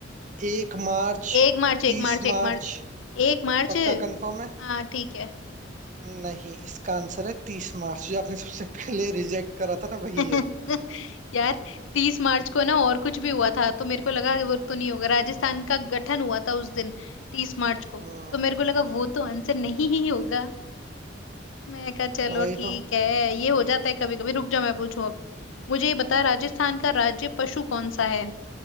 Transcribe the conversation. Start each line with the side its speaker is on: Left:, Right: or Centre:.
Right: एक मार्च
Left: एक मार्च एक
Right: तीस
Left: मार्च एक
Right: मार्च
Left: मार्च एक मार्च
Right: पक्का कंफर्म है
Left: हाँ ठीक है
Right: नहीं इसका आंसर है तीस मार्च जो आपने सबसे पहले रिजेक्ट करा था ना वही
Left: <laughs>
Right: है
Left: यार तीस मार्च को ना और कुछ भी हुआ था तो मेरे को लगा कि वो तो नहीं होगा राजस्थान का गठन हुआ था उस दिन तीस मार्च को
Right: हम्म
Left: तो मेरे को लगा वो तो आंसर नहीं ही होगा मैं कहा चलो
Right: वही
Left: ठीक
Right: तो
Left: है ये हो जाता है कभी कभी रुक जाओ मैं पूछूं अब मुझे ये बता राजस्थान का राज्य पशु कौन सा है